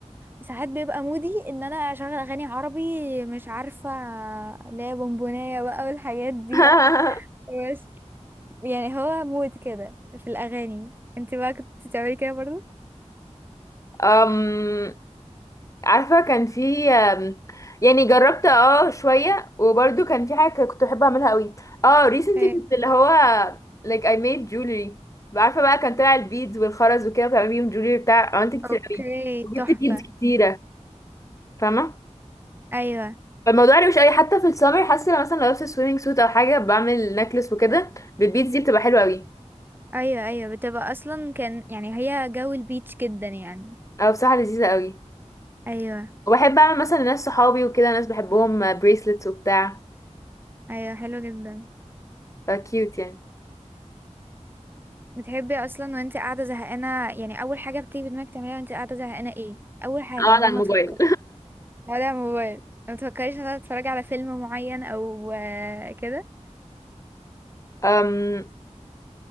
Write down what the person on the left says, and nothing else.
<laughs>
أم... عارفه كان في أم، يعني جربت اه شويه وبرده كان في حاجه كنت بحب اعملها قوي اه recently
كنت اللي هو like I made jewelry عارفه بقى كان طلع البيدز والخرز وكده بتعمل بيهم jewelry بتاع عملت كتير
قوي وجبت
بيدز كتيره فاهمه
فالموضوع يعني مش اي حتى في السمر حاسه لو مثلا لو لابسه سويمنج سوت او حاجه بعمل نكلس وكده بالبيتز دي بتبقى حلوه قوي
او بصراحه لذيذه قوي
وبحب اعمل مثلا لناس صحابي وكده ناس بحبهم بريسلتس وبتاع
فكيوت يعني
او على
الموبايل
أم